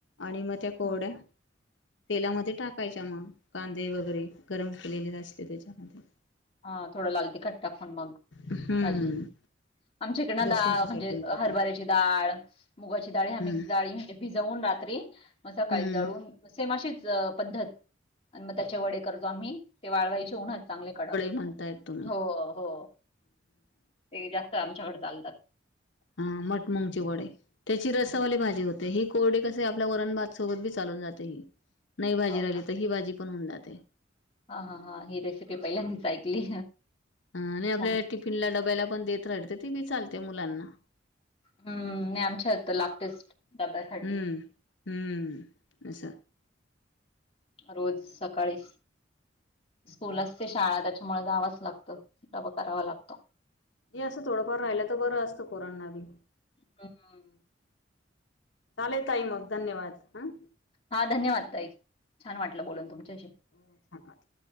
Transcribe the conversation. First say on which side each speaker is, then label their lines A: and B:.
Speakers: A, on the left; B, on the left.
A: आणि मग त्या कोरड्या
B: हं.
A: तेलामध्ये टाकायच्या मग कांदे वगैरे गरम केलेले नसते त्याच्यामध्ये
B: हा थोडं लाल तिखट टाकून मग
A: हम्म
B: भाजी. आमच्या इकडनं
A: लसूणची
B: डाळ म्हणजे
A: चटणी करून
B: हरभऱ्याची डाळ मुगाची डाळी ह्या मिक्स
A: हम्म
B: डाळी आहे. भिजवून रात्री मग सकाळी
A: हम्म
B: दळून सेम अशीच पद्धत आणि मग त्याचे वडे करतो आम्ही ते वाळवायचे उन्हात चांगले कडक
A: म्हणता येतो.
B: हो हो ते जास्त आमच्याकडे चालतात.
A: हा मठ मुंग चे वडे. त्याची रसावाली
B: हं.
A: भाजी होते ही कोरडी कस आपल्या वरण भात सोबत बी चालून जाते ही. नाही भाजी
B: हो
A: राहिली तर ही भाजी पण होऊन जाते.
B: हा -हा हा ही रेसिपी पहिल्यांदच ऐकली.
A: अ आणि आपल्या
B: छान.
A: टिफिनला डबायला पण देत राहते. ती बी चालते मुलांना.
B: हम्म नाही आमच्या यत लागतेच डाब्यासाठी.
A: हम्म हम्म अस.
B: रोज सकाळी स्कूल असते शाळा त्याच्यामुळे जावच लागत डबा करावा लागतो.
A: ये अस थोडफार राहिल तर बर असत पोरना बी,
B: हम्म
A: चालेल ताई मग धन्यवाद! ह.
B: हा धन्यवाद ताई. छान वाटलबोलून तुमच्याशी.
A: ह् छान वाटल.